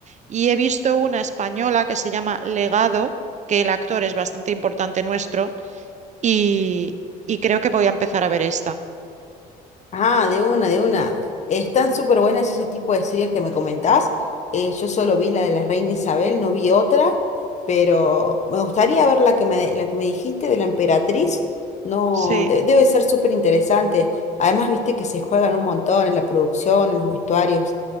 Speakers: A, on the right (about 45°); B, on the left (about 45°).
A: y he visto una española que se llama Legado, que el actor es bastante importante nuestro y, y creo que voy a empezar a ver esta.
B: Ah, de una, de una. Están súper buenas ese tipo de series que me comentás. Eh, yo solo vi la de la Reina Isabel, no vi otra, pero me gustaría ver la que me, la que me dijiste de la Emperatriz. No,
A: Sí.
B: de- debe ser súper interesante. Además, viste que se juegan un montón en la producción, en los vestuarios